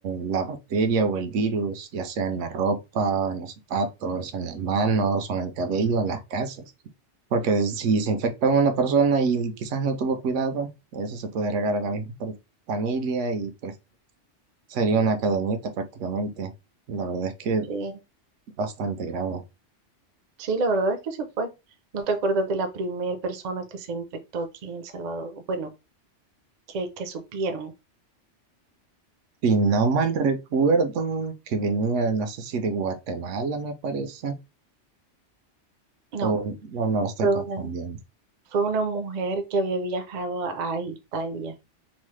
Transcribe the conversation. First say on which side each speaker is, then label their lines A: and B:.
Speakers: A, on the right; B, on the right.
A: la bacteria o el virus, ya sea en la ropa, en los zapatos, en las manos o en el cabello, en las casas. Porque si se infecta una persona y quizás no tuvo cuidado, eso se puede regar a la misma per- familia y pues sería una cadenita prácticamente. La verdad es que
B: Sí,
A: bastante grave.
B: Sí, la verdad es que sí fue. ¿No te acuerdas de la primera persona que se infectó aquí en El Salvador? Bueno, que, que supieron.
A: Si no mal recuerdo que venía, no sé si de Guatemala me parece,
B: No,
A: o no, no lo estoy
B: fue
A: confundiendo.
B: una, fue una mujer que había viajado a, a Italia.